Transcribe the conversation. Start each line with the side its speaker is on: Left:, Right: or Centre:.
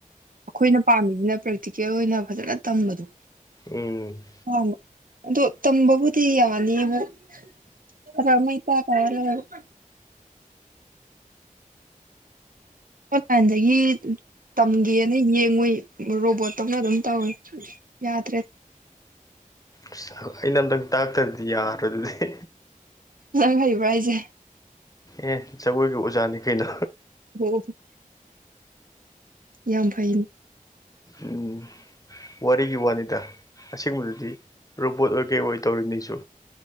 Right: ꯑꯈꯣꯏꯅ ꯄꯥꯝꯃꯤꯖꯤꯅ ꯄ꯭ꯔꯦꯛꯇꯤꯀꯦꯜ ꯑꯣꯏꯅ ꯐꯖꯅ ꯇꯝꯕꯗꯣ
Left: ꯎꯝ
Right: <unintelligible> ꯑꯗꯣ ꯇꯝꯕꯕꯨꯗꯤ ꯌꯥꯅꯤꯕꯨ <unintelligible> ꯑꯣꯟꯂꯥꯏꯟꯗꯒꯤ ꯇꯝꯒꯦꯅ ꯌꯦꯡꯉꯨꯏ ꯔꯣꯕꯣꯠꯇꯧꯅ ꯑꯗꯨꯝ ꯇꯧꯋꯤ ꯌꯥꯗ꯭ꯔꯦ
Left: ꯑꯁ ꯑꯩꯅ ꯑꯝꯇꯪ ꯇꯥꯛꯇ꯭ꯔꯗꯤ ꯌꯥꯔꯣꯏ ꯑꯗꯨꯗꯤ
Right: ꯅꯪ ꯍꯩꯕ꯭ꯔꯥ ꯍꯥꯢꯖꯦ
Left: ꯑꯦ ꯖꯒꯣꯏꯒꯤ ꯑꯣꯖꯥꯅꯤ ꯀꯩꯅꯣ
Right: <unintelligible> ꯌꯥꯝ ꯐꯩ
Left: ꯎꯝ ꯋꯥꯔꯤꯒꯤ ꯋꯥꯅꯤꯗ ꯑꯁꯦꯡꯕꯗꯗꯤ ꯔꯣꯕꯣꯠ ꯑꯣꯏ ꯀꯩ ꯑꯣꯏ ꯇꯧꯔꯤꯝꯅꯤ ꯑꯩꯁꯨ